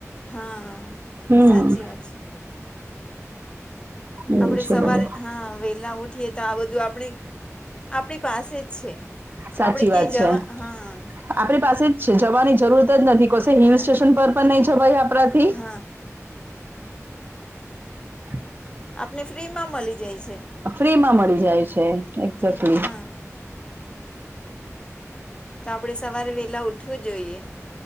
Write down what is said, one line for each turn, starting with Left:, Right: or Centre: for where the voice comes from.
Left: હા
Right: હમ
Left: સાચી વાત છે.
Right: એવું
Left: આપણે
Right: છે
Left: સવારે
Right: બધું
Left: હા વેલા ઉઠીએ તો આ બધું આપણે આપણી પાસે જ છે.
Right: સાચી
Left: આપડે ક્યાંય
Right: વાત
Left: જવા
Right: છે
Left: હા.
Right: આપણી પાસે જ જવાની જરૂરત જ નથી કોસે હિલ
Left: નથી
Right: સ્ટેશન પર પણ નહી જવાય આપણાથી
Left: હા.
Right: <unintelligible>
Left: આપને ફ્રીમાં મળી જાય છે.
Right: ફ્રી માં મળી જાય છે. એક્ઝેક્ટલી.
Left: હા. તો આપડે સવારે વેલા ઉઠવું જોઈએ.